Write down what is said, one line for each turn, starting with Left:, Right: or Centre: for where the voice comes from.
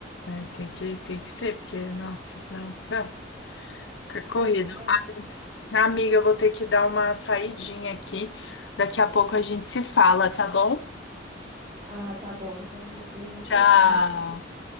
Left: É, tem que, tem que ser, porque, nossa, senão fica, fica corrido.
Right: Pois é.
Left: Ah, Amiga, eu vou ter que dar uma saidinha aqui. Daqui a pouco a gente se fala, tá bom?
Right: Ah, tá bom então, amiga, depois a gente
Left: Tchau.
Right: se fala.